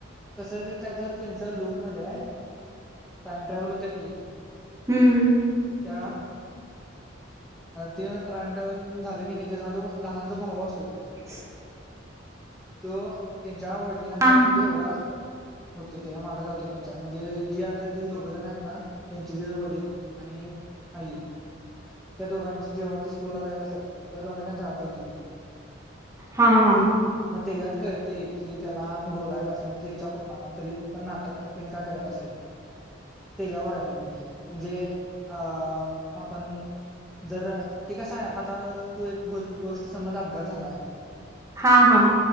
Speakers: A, in the centre; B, on the right.
A: तसंच एक कायतर त्यांच लूपमध्ये आहे टाइम ट्रॅव्हल होते ती.
B: हम्म हम्म.
A: त्या. ते टाइम ट्रॅव्हल झाले की नाही त्याचा जो लहान जो भाऊ असतोय
B: <inaudible>
A: तो त्यांच्या वडिलांच्या
B: हा
A: म्हणजे एवढा होतो त्या माग जातो त्यांच्या म्हणजे जी आता ती दोघ जण आहेत ना त्यांचे जे वडील आणि आई त्या दोघांची जेव्हा ती स्कूलला जायत असत त्या दोघांच्या काळात जात तवा
B: हा हा.
A: त्याच्यात कळते की त्याला बोलायच असं म्हणजे त्यांच्या पप्पांना तरी पण नाटक करते का करत असेल त्याच्यावर आहे बघी म्हणजे अ आपण जर ते कस आहे आता तू एक गोष्ट समज अपघात झालाय
B: हा हा.